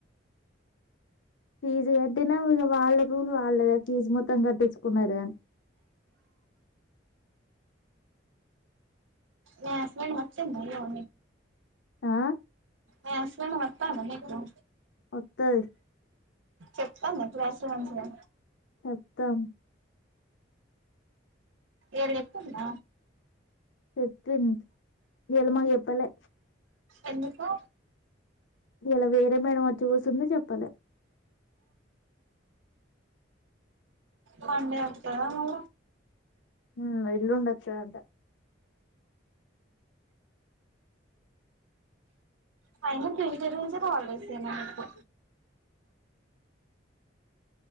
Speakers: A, on the left; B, on the right.
A: ఫీజు కట్టినా ఇగ వాళ్ళకు వాళ్ళదే ఫీజ్ మొత్తం కట్టించుకున్నారు గాని
B: లాస్టుటైం వచ్చిన్రు ఆ
A: ఆ
B: మ్ అసలు వస్తావని అ
A: ఒత్హాయ్
B: చెప్తాను మరి క్లాస్ మంచిగా
A: అత్తం
B: ఎర్గ ఇస్తున్న
A: చెప్పింది ఎలమ్మ చెప్ పల్లె
B: ఎందుకో
A: ఇయాల వేరే మేడం వచ్చి చూసింది చెప్పలే
B: మండే వస్తావా మల్లా
A: మ్ ఎల్లుండు వచ్చదంట
B: పైన బీట నుంచి కాల్ చేస్తున్నాం ఇప్పు